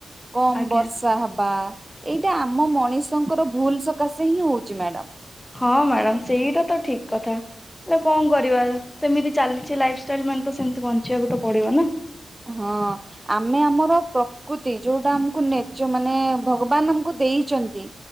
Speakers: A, on the right; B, on the left.
A: କମ
B: ଆଜ୍ଞା
A: ବର୍ଷା ହେବା। ଏଇଟା ଆମ ମଣିଷଙ୍କର ଭୁଲ ସକାଶେ ହିଁ ହଉଛି ମ୍ୟାଡମ୍।
B: ହଁ ମ୍ୟାଡମ୍ ସେଇଟା ତ ଠିକ କଥା ହେଲେ କଣ କରିବା ସେମିତି ଚାଲିଛି ଲାଇଫଷ୍ଟାଇଲ ମାନେ ତ ସେମିତି ବଞ୍ଚିବାକୁ ତ ପଡିବ ନା
A: ହଁ ଆମେ ଆମର ପ୍ରକୃତି ଯୋଉଟା ଆମକୁ ନେଚ ମାନେ ଭଗବାନ ଆମକୁ ଦେଇଛନ୍ତି।